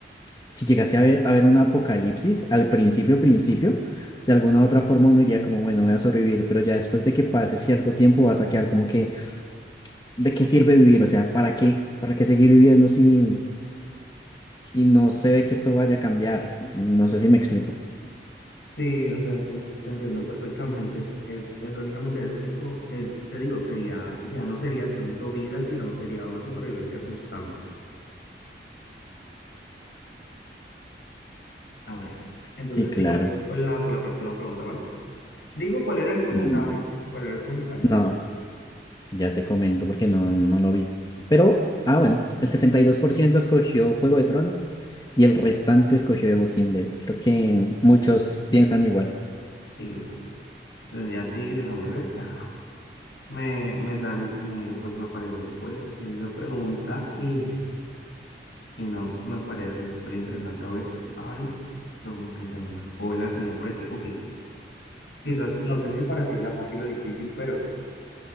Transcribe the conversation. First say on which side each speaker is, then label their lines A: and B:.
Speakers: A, on the left; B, on the left.
A: si llegase a ver a haber un apocalipsis, al principio, principio, de alguna u otra forma uno diría como, bueno, voy a sobrevivir, pero ya después de que pase cierto tiempo vas a quedar como que, ¿de qué sirve vivir? O sea, ¿para qué? ¿Para qué seguir viviendo si... Si no se ve que esto vaya a cambiar, no sé si me explico.
B: Sí, o sea, sí, te entiendo perfectamente. Es, es básicamente eso tipo, es, te digo, sería, ya no sería tanto vida, sino sería una supervivencia constante. A ver, entonces
A: Sí, claro.
B: sigo yo con la, con la próxima pregunta, ¿vale? Digo, ¿cuál era el porcentaje?
A: Mm,
B: ¿Cuál era el porcentaje,
A: No,
B: de hecho?
A: ya te comento porque no, no lo vi. Pero, ah, bueno, el 62% escogió Juego de Tronos y el restante escogió The Walking Dead. Creo que muchos piensan igual.
B: Sí, bueno. Entonces ya sí, déjame ver. Ah, me, me sal, me, pues me apareció pues esa pregunta y Y no, me parece súper interesante. A ver, ay, creo que se me bajó, la tenía por aquí. Ok, quizás, no sé si para ti sea fácil o difícil, pero